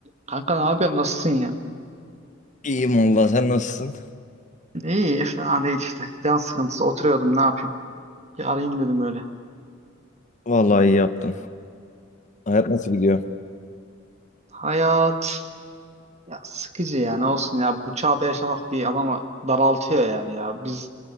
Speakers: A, on the right; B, on the left.
A: Kanka ne yapıyorsun? Nasılsın ya?
B: İyiyim valla sen nasılsın?
A: İyi, fena değil işte. Can sıkıntısı. Oturuyordum, ne yapayım? Bir arayayım dedim öyle.
B: Vallahi iyi yaptın. Hayat nasıl gidiyor?
A: Hayat ya sıkıcı ya. Ne olsun ya. Bu çağda yaşamak bir adamı daraltıyor yani ya. Biz